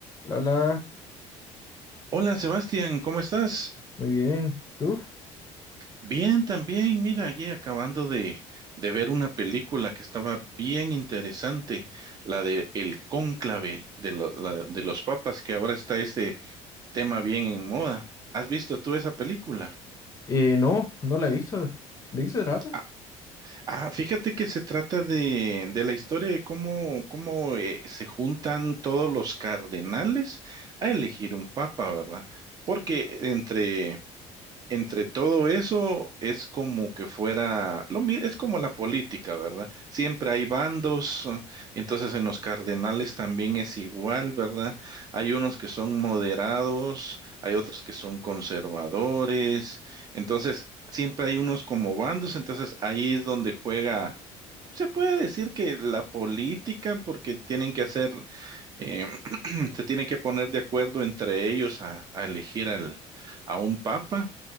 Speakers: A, on the left; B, on the right.
A: La, la,
B: Hola Sebastián, ¿cómo estás?
A: muy bien. ¿Tú?
B: Bien, también. Mira, aquí acabando de, de ver una película que estaba bien interesante, la de El Cónclave de, lo- la- de los papas, que ahora está este tema bien en moda. ¿Has visto tú esa película?
A: Eh, no, no la he visto. ¿De qué se trata?
B: Ah, ah, fíjate que se trata de, de la historia de cómo, cómo eh, se juntan todos los cardenales a elegir un papa, ¿verdad? Porque entre entre todo eso es como que fuera, lo, mi- es como la política, ¿verdad? Siempre hay bandos, eh, entonces en los cardenales también es igual, ¿verdad? Hay unos que son moderados, hay otros que son conservadores, entonces siempre hay unos como bandos, entonces ahí es donde juega. Se puede decir que la política, porque tienen que hacer, eh, <clears throat> se tienen que poner de acuerdo entre ellos a, a elegir al, a un papa.